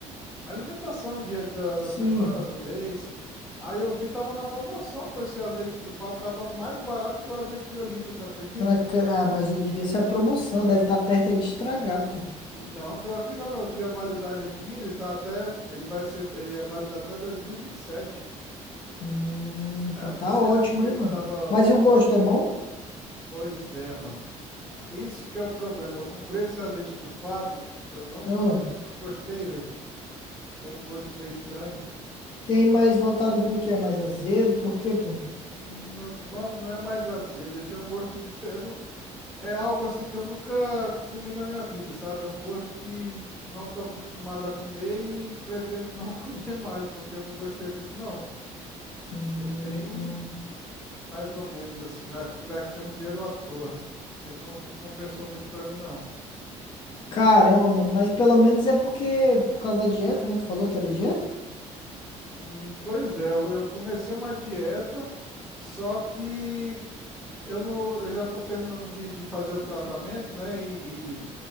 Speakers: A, in the centre; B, on the left (about 40°).
A: Alimentação dia da,
B: Sim.
A: da semana, do mês. Aí eu vi, tava na promoção, pois esse azeite trufado tava mais barato que o azeite de oliva, tu acredita?
B: Na ca- Ah, mas é, devia ser a promoção, deve estar perto é de estragar, pô.
A: Não, pior que não, eu vi a validade aqui, ele tá até, ele vai ser, ele é válido até 2027.
B: Hum, então
A: É, eu
B: tá
A: não sei
B: ótimo,
A: por que
B: hein,
A: que
B: mano.
A: tava,
B: Mas e o gosto, é bom?
A: pois é, mano. Isso que é o problema, eu comprei esse azeite trufado, eu não,
B: Ah.
A: tu acredita que eu não gostei, velho? Tem um gosto meio estranho. Não,
B: Tem mais voltado pro quê? É mais azedo? Por quê, pô?
A: não- mano, não é mais azedo, ele tem um gosto diferente. É algo assim que eu nunca comi na minha vida, sabe? É um gosto que não tô acostumado a comer e pretendo não <laughs> comer mais, porque eu não gostei muito, não.
B: Hum,
A: Fiquei bem mais ou menos assim. Eu acho que eu gastei um dinheiro à toa, porque não, não compensou muito pra mim, não.
B: caramba, mano. Mas pelo menos é porque, por causa da dieta, né? Tu falou que é da dieta?
A: Hum, pois é, eu eu comecei uma dieta, só que eu não, eu já estou terminando de, de fazer o tratamento, né? E, e,